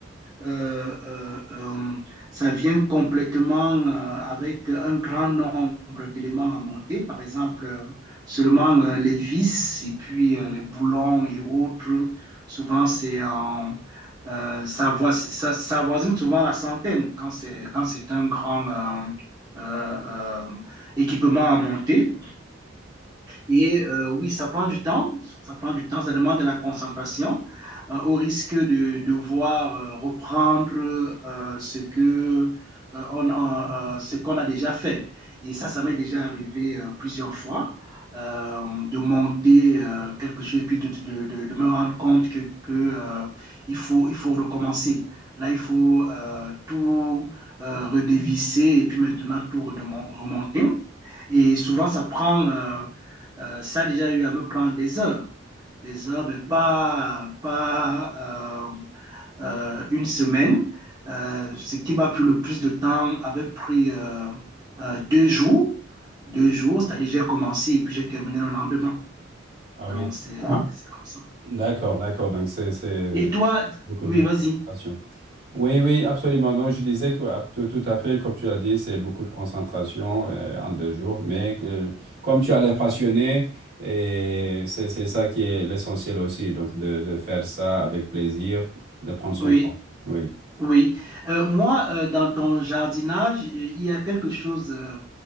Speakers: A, on the right; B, on the right.
A: euh, euh, euh, ça vient complètement euh, avec un grand nombre d'éléments à monter, par exemple euh, seulement euh, les vis et puis euh, les boulons et autres. Souvent, c'est en euh, ça, voi- ça, ça avoisine souvent la centaine quand c'est quand c'est un grand euh, euh, euh, équipement à monter. Et euh, oui, ça prend du temps, ça prend du temps, ça demande de la concentration, euh, au risque de devoir euh, reprendre euh, ce que, euh, on, a- euh, ce qu'on a déjà fait. Et ça, ça m'est déjà arrivé euh, plusieurs fois, euh, de monter euh, quelque chose et puis de, de, de, de me rendre compte que, que, euh, il faut, il faut recommencer. Là, il faut euh, tout euh, redévisser et puis maintenant tout redemon- remonter. Et souvent, ça prend, euh, euh, ça a déjà eu à me prendre des heures, des heures, mais pas, pas euh, euh, une semaine. Euh, ce qui m'a pris le plus de temps avait pris euh, euh, deux jours, deux jours, c'est-à-dire j'ai commencé et puis j'ai terminé le lendemain.
B: Ah
A: Donc,
B: oui,
A: c'est c'est comme ça.
B: d'accord, d'accord. Donc c'est c'est
A: Et toi,
B: beaucoup
A: oui,
B: de
A: vas-y,
B: concentration. Oui, oui, absolument. Non, je disais que ah, tout, tout à fait, comme tu l'as dit, c'est beaucoup de concentration euh, en deux jours, mais que, comme tu as l'air passionné, et c'est c'est ça qui est l'essentiel aussi, donc de, de faire ça avec plaisir, de prendre son
A: oui.
B: temps. Oui.
A: Oui, Euh, moi, euh, dans ton jardinage, euh, il y a quelque chose euh,